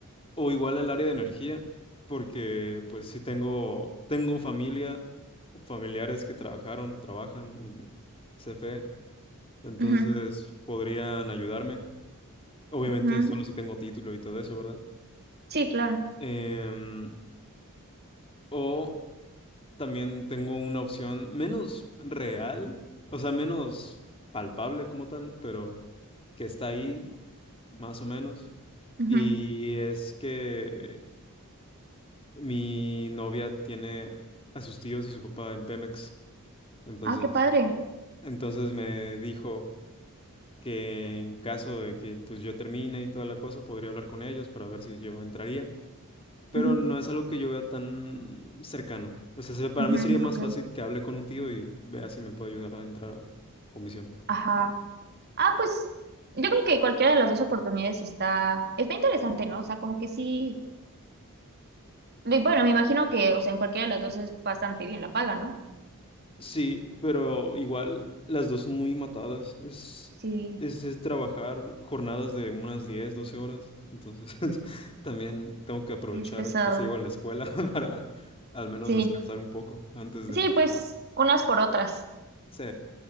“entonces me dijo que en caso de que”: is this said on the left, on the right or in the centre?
Left